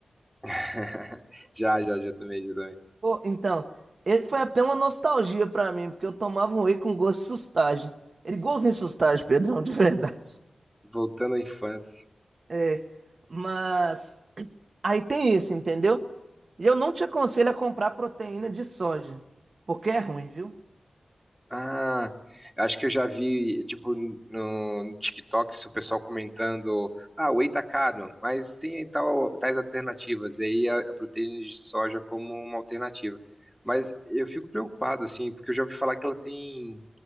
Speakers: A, in the centre; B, on the right.
A: <laughs> Já, já, já também, já também.
B: Pô, então, ele foi até uma nostalgia pra mim, porque eu tomava um whey com gosto de sustagem. Ele igualzinho sustagem, Pedrão, de verdade.
A: Voltando à infância.
B: É, mas aí tem isso, entendeu? E eu não te aconselho a comprar proteína de soja, porque é ruim, viu?
A: Ah, acho que eu já vi, tipo, no, no TikTok, o pessoal comentando, ah, o whey tá caro, mas tem tal, tais alternativas, e aí a, a proteína de soja como uma alternativa. Mas eu fico preocupado, assim, porque eu já ouvi falar que ela tem